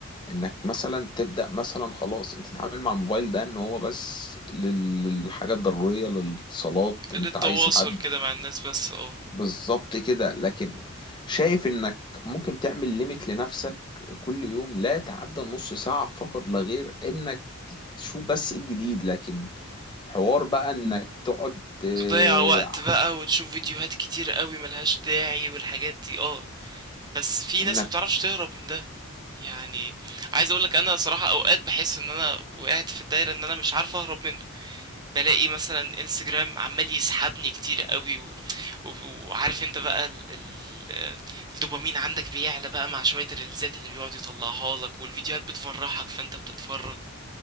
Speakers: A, on the left; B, on the right.
A: انك مثلا تبدأ مثلا خلاص انت تتعامل مع الموبايل ده ان هو بس لل- للحاجات الضرورية للاتصالات
B: قلة
A: انت عايز
B: تواصل
A: حد
B: كده مع الناس بس اه
A: بالظبط كده لكن شايف انك ممكن تعمل ليميت لنفسك كل يوم لا تعدى نص ساعة فقط لا غير انك تشوف بس ايه الجديد لكن حوار بقى انك تقعد آه،
B: تضيع وقت بقى وتشوف فيديوهات كتير قوي ملهاش داعي والحاجات دي اه بس في
A: انك
B: ناس مبتعرفش تهرب من ده يعني عايز اقولك انا صراحة اوقات بحس ان انا وقعت في الدايرة ان انا مش عارف اهرب منه بالاقي مثلا انستجرام عمال يسحبني كتير قوي و... و... وعارف انت بقى ال... ال... الدوبامين عندك بيعلى بقى مع شوية الريلزات اللي بيقعد يطلعها لك والفيديوهات بتفرحك فانت بتتفرج